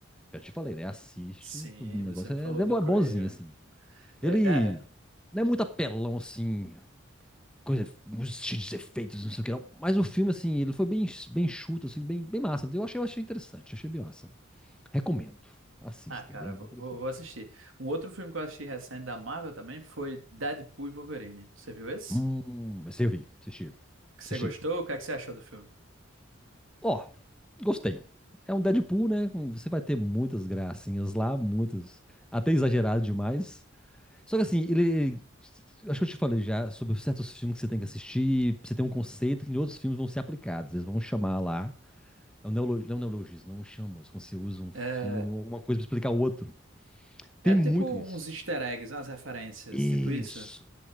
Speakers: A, in the centre; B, on the right.
A: Já te falei, né? Assiste,
B: Sim,
A: que o negócio
B: você me falou
A: é, é
B: do
A: bo-
B: Craven.
A: é bonzinho, assim.
B: É,
A: Ele
B: é.
A: não é muito apelão, assim, coisa, uns cheios de efeitos, não sei o que não, mas o filme, assim, ele foi bem, bem chuto, assim, bem, bem massa. Eu achei, eu achei interessante, achei bem massa. Recomendo. Assista,
B: Ah, cara,
A: bem interessante.
B: vou, vou vou assistir. Um outro filme que eu assisti recente da Marvel também foi Deadpool e Wolverine. Você viu esse?
A: Hum, mas eu vi, assisti.
B: que você
A: Assisti.
B: gostou? O que é que você achou do filme?
A: Ó, gostei. É um Deadpool, né? Você vai ter muitas gracinhas lá, muitas. Até exagerado demais. Só que assim, ele. ele- Acho que eu te falei já sobre certos filmes que você tem que assistir. Você tem um conceito que em outros filmes vão ser aplicados. Eles vão chamar lá. É um neolo- não é um neologismo, não chama. Quando você usa um
B: É,
A: filme, uma coisa pra explicar o outro.
B: é
A: Tem
B: tipo
A: muito isso.
B: uns easter eggs, umas referências,
A: Isso.
B: tipo isso.